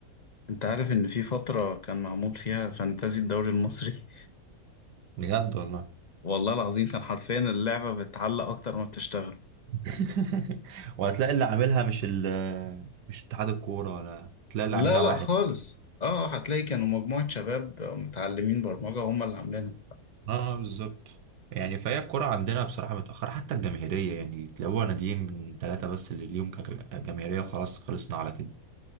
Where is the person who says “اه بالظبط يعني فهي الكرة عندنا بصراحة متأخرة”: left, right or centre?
Right